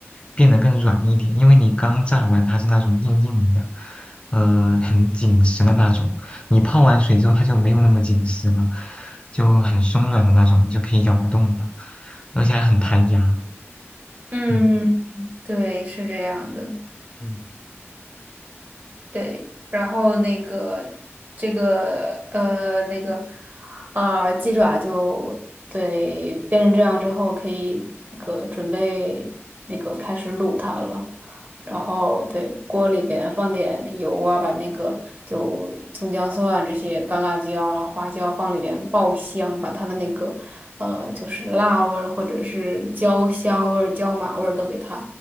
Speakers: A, on the left; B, on the right.
A: 变得更软一点。因为你刚炸完，它是那种硬硬的，呃，很紧实的那种。你泡完水之后，它就没有那么紧实了，就很松软的那种，你就可以咬得动的，而且还很弹牙。
B: 嗯，
A: 嗯
B: 对，是这样的。
A: 嗯。
B: 对，然后那个这个呃那个啊、鸡爪就对变成这样之后，可以那个准备那个开始卤它了。然后对锅里边放点油啊，把那个就葱姜蒜啊这些干辣椒，然后花椒放里边爆香，把它的那个呃就是辣味儿或者是焦香味儿、椒麻味儿都给它